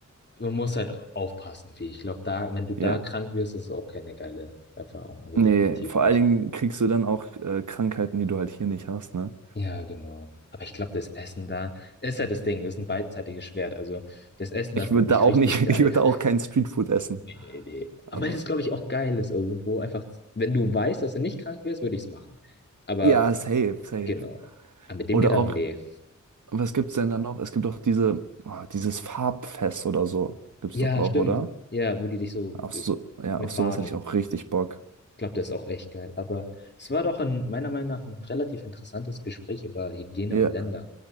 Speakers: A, on the left; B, on the right.
A: man muss halt aufpassen, wie ich glaube, da, wenn du da
B: Ja.
A: krank wirst, ist es auch keine geile Erfahrung. Also
B: Nee,
A: definitiv
B: vor
A: nicht.
B: allen Dingen kriegst du dann auch äh, Krankheiten, die du halt hier nicht hast, ne?
A: Ja, genau. Aber ich glaube, das Essen da ist halt das Ding, ist ein beidseitiges Schwert. Also das Essen
B: Ich
A: da ist, glaube
B: würde da
A: ich,
B: auch
A: richtig
B: nicht,
A: geil.
B: <laughs> ich würde da auch
A: <laughs>
B: kein Streetfood essen.
A: Nee, nee. Aber
B: Aber
A: das ist, glaube ich, auch geil ist irgendwo. Einfach, wenn du weißt, dass du nicht krank wirst, würde ich es machen. Aber
B: ja, safe, safe.
A: genau. Aber mit dem
B: Oder
A: Gedanken,
B: auch,
A: nee.
B: was gibt's denn da noch? Es gibt doch diese, oh, dieses Farbfest oder so. Gibt's
A: Ja,
B: doch auch,
A: stimmt.
B: oder?
A: Ja, wo die sich so
B: Auf
A: äh,
B: so, ja,
A: mit
B: auf sowas
A: Farben
B: hätte ich auch richtig Bock.
A: Ich glaube, der ist auch echt geil. Aber es war doch ein, meiner Meinung nach ein relativ interessantes Gespräch über Hygiene
B: Ja,
A: und Länder.